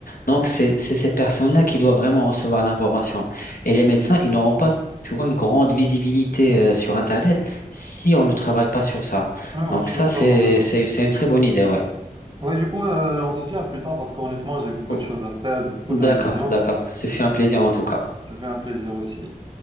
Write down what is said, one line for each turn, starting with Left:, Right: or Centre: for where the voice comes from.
Left: Donc c'est c'est ces personnes-là qui doivent vraiment recevoir l'information. Et les médecins, ils n'auront pas, tu vois, une grande visibilité, euh, sur Internet si on ne travaille pas sur ça.
Right: Ouais, ouais,
Left: Donc
Right: je
Left: ça,
Right: suis totalement
Left: c'est,
Right: d'accord.
Left: c'est, c'est une très bonne idée, ouais.
Right: Ouais, du coup, euh, on se dit à plus tard parce qu'honnêtement, j'ai beaucoup
Left: Oh,
Right: de choses à faire, j'ai beaucoup
Left: D'accord,
Right: de révisions.
Left: d'accord. Ce fut un plaisir en tout cas.
Right: Ça fait un plaisir aussi.